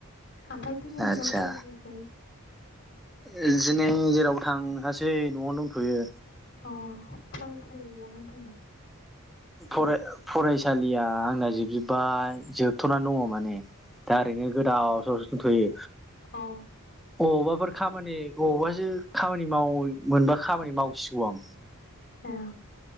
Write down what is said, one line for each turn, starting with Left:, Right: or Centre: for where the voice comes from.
Left: आमफाय दिनै
Centre: आदसा
Left: जेराव बेराय हैयाखै
Centre: ओ जिनै जेराव थांहासै नआवनो दंथयो।
Left: अ फरायसालि गैयामोन दिनै
Centre: फरा फरायसालिया आंना जोबजोब्बाय जोबथनानै दङ माने दा ओरैनो गोदाव सोरावसो दंथयो।
Left: अ
Centre: अबावबाफोर खामानि अबावबासो खामानि मावयै मोनबा खामानि मावसिगौ आं
Left: ए